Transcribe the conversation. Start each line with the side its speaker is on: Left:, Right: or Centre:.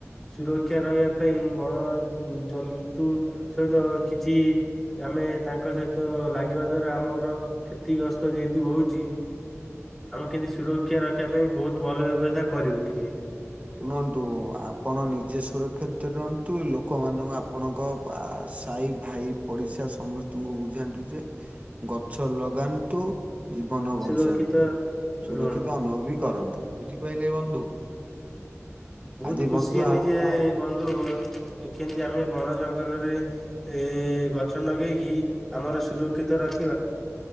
Centre: ସୁରକ୍ଷା ରହିବା ପାଇଁ ବଣ ଜନ୍ତୁ ସହିତ କିଛି ଆମେ ତାଙ୍କ ସହିତ ଲାଗିବା ଦ୍ଵାରା ଆମର କ୍ଷତି ଗ୍ରସ୍ତ ଯେହେତୁ ହୋଉଚି। ଆମେ କେମିତି ସୁରକ୍ଷା ରଖିବା ପାଇଁ ବହୁତ ଭଲ ବ୍ୟବସ୍ଥା କରିବୁ ଟିକିଏ।
Right: ଶୁଣନ୍ତୁ ଆପଣ ନିଜେ ସୁରକ୍ଷିତ ରହନ୍ତୁ ଲୋକମାନଙ୍କୁ ଆପଣଙ୍କ ସାଇ ଭାଇ ପଡିଶା ସମସ୍ତଙ୍କୁ ବୁଝାନ୍ତୁ ଯେ ଗଛ ଲଗାନ୍ତୁ। ଜୀବନ ବଞ୍ଚାନ୍ତୁ
Centre: ସୁରକ୍ଷିତ
Right: ସୁରକ୍ଷିତ
Centre: ରୁହନ୍ତୁ।
Right: ଅନୁଭବ ବି କରନ୍ତୁ ବୁଝିପାରିଲେ ବନ୍ଧୁ।
Centre: ବହୁତ
Right: ଆଜି
Centre: ଖୁସି
Right: ବନ୍ଧୁ
Centre: ହେଲି
Right: ଆମ
Centre: ଯେ ବନ୍ଧୁ କେମିତି ଆମେ ବଣ ଜଙ୍ଗଲରେ ଏ ଗଛ ଲଗେଇକି ଆମର ସୁରକ୍ଷିତ ରଖି